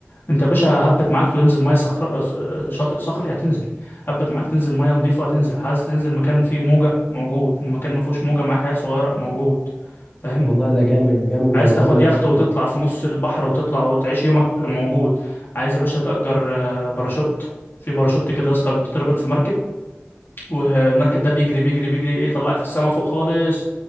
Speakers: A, on the left; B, on the left.
A: انت يا باشا هبت معاك تنزل ميه صخر آه، شاطئ صخري هتنزل هبت معاك تنزل ميه نظيفه هتنزل عايز تنزل مكان فيه موجه موجود مكان ما فيهوش موجه معاك عيال صغيره موجود فاهم
B: والله ده جامد جامد
A: عايز
B: جمدان
A: تاخد
B: ملوش
A: يخت وتطلع
B: حل
A: في نص البحر وتطلع وتعيش يومك موجود عايز يا باشا تأجر آه، باراشوت في باراشوت كده يا اسطى بتتربط في مركب والمركب ده بيجري بيجري بيجري ايه يطلعك في السما فوق خالص